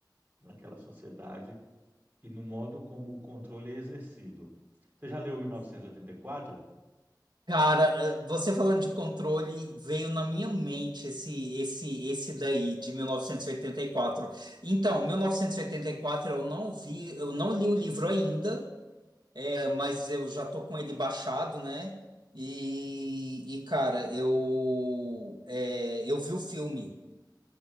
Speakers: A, on the right; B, on the right.
A: naquela sociedade e no modo como o controle é exercido. Você já leu 1984?
B: Cara, eh, você falando de controle, veio na minha mente esse esse esse daí de mil novecentos e e oitenta e quatro Então, mil novecentos e e oitenta e quatro eu não vi, eu não li o livro ainda. É, mas eu já tô com ele baixado, né? E, e, cara, eu é, eu vi o filme.